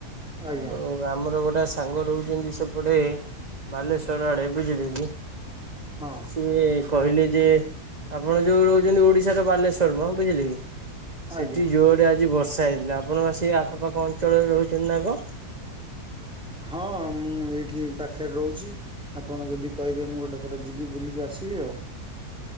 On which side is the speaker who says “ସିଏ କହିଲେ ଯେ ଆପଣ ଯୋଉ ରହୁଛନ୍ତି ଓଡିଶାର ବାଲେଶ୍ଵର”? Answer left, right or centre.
Right